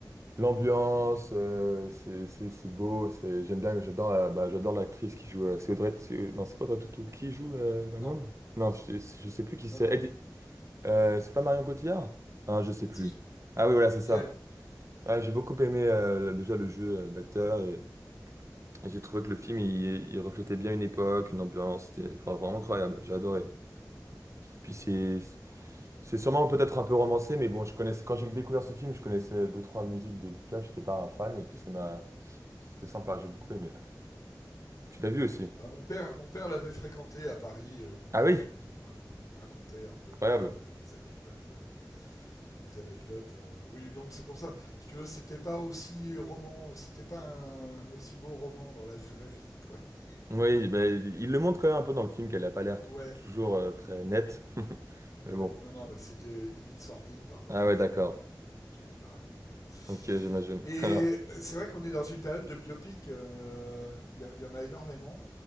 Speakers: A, on the right; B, on the left.
A: l'ambiance, euh, c'est c'est- c'est beau. c'est- J'aime bien, j'adore la- bah, j'adore l'actrice qui joue. euh, c'est Audrey. c'est- Non, c'est pas Audrey Tautou. Qui joue euh, La Môme?
B: Non,
A: Non, je, je sais plus qui
B: non,
A: c'est.
B: non.
A: Ed- euh, c'est pas Marion Cotillard? Ah, je sais plus.
B: Si,
A: Ah oui, voilà, c'est
B: c'est
A: ça.
B: elle.
A: Ouais, j'ai beaucoup aimé euh, déjà le jeu euh, d'acteur et. Et J'ai trouvé que le film, il, il reflétait bien une époque, une ambiance, c'était enfin, vraiment incroyable, j'ai adoré. Puis c'est c'est sûrement peut-être un peu romancé, mais bon, je connaissais, quand j'ai découvert ce film, je connaissais deux, trois musiques d'Edith Piaf, j'étais pas un fan, et puis ça m'a... C'était sympa, j'ai beaucoup aimé. Tu l'as vu aussi?
B: Bah, mon père, mon père l'avait fréquenté à Paris, euh, donc
A: Ah oui,
B: euh, il, me raconte, il me racontait un peu
A: incroyable.
B: des fois les anecdotes, euh, les anecdotes. euh, oui, donc c'est pour ça. Si tu veux, c'était pas aussi roman, c'était pas un, un, aussi beau roman dans la vraie vie, quoi. <laughs>
A: Oui, bah, il le montre quand même un peu dans le film qu'elle a pas l'air tout-
B: Ouais,
A: tout- toujours euh, très nette. <laughs> Mais
B: ouais.
A: bon.
B: Non, non, mais c'était limite sordide par moment.
A: Ah ouais, d'accord.
B: Enfin, bon, bref, les, les trucs qu'il m'a racontés.
A: Ok, j'imagine.
B: Et
A: <laughs> Alors,
B: euh, c'est vrai qu'on est dans une période de biopic, il euh, y, y, en a énormément.